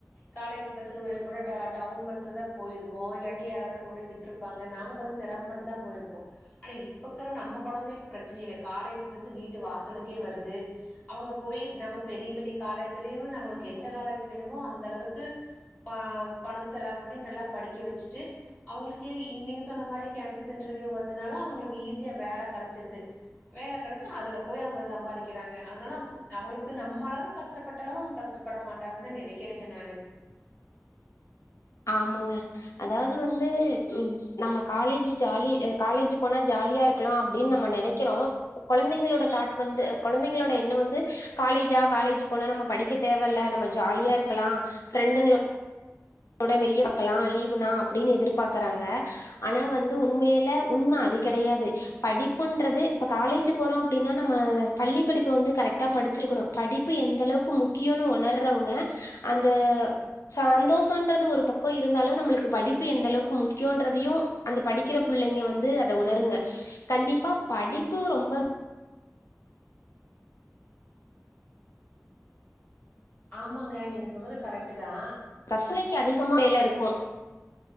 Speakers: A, on the left; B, on the left.
A: காலேஜ் பஸ்ல போயிருக்க மாட்டோம் டவுன் பஸ்ல தான் போயிருப்போம் இல்லாட்டி யாராவது கொண்டு வந்து விட்டு இருப்பாங்க நாம கொஞ்சம் சிரமப்பட்டு தான் போயிருப்போம் ஆனா இப்ப இருக்குற நம்ம குழந்தைகளுக்கு பிரச்சனை இல்லை காலேஜ் பஸ் வீட்டு வாசலுக்கே வருது அவுங்க போய் நம்ம பெரிய பெரிய காலேஜ்லயு நாம எந்த காலேஜ் வேணுமோ அந்த அளவுக்கு ப பணம் செலவு பண்ணி நல்லா படிக்க வச்சுட்டு அவங்களுக்கு நீங்க சொன்ன மாரி கேம்பஸ் இன்டர்வியூ வந்தனால அவங்களுக்கு ஈசியா வேல கிடைச்சிருது வேல கிடைச்சா அதுல போய் அவங்க சம்பாதிக்கிறாங்க அதனால அவங்களுக்கு நம்ம அளவு கஷ்டப்பட்ட அளவு அவங்க கஷ்ட பட மாட்டாங்கன்னு தான் நினைக்கிறேங்க நானு
B: ஆமாங்க அதாவது வந்து உ நம்ம காலேஜ் ஜாலி காலேஜ் போனா ஜாலியா இருக்கலாம் அப்டின்னு நம்ம நெனைக்கிறோம் குழந்தைங்களோட தாட் வந்து குழந்தைங்களோட எண்ணம் வந்து காலேஜா காலேஜ் போனா நம்ம படிக்க தேவல்ல நம்ம ஜாலியா இருக்கலாம் ஃபிரண்டுங்களோட ஒட வெளியே வைக்கலாம் லீவுனா அப்டின்னு எதிர்பார்க்கறாங்க ஆனா வந்து உண்மையில உண்ம அது கிடையாது படிப்புன்றது இப்ப காலேஜ் போறோம் அப்டின்னா நம்ம பள்ளி படிப்பு வந்து கரெக்டா படிச்சிருக்கணு படிப்பு எந்த அளவுக்கு முக்கியோனு ஒணர்றவங்க அந்த சந்தோஷம் ன்றது ஒரு பக்கம் இருந்தாலும் நம்மளுக்கு படிப்பு எந்த அளவுக்கு முக்கியன்றதையும் அந்த படிக்கிற புள்ளைங்க வந்து அத உணருங்க கண்டிப்பா படிப்பு ரொம்ப
A: ஆமாங்க நீங்க சொன்னது கரெக்ட் தான்
B: கசுலைக்கு அதிகமா வேலை இருக்கும்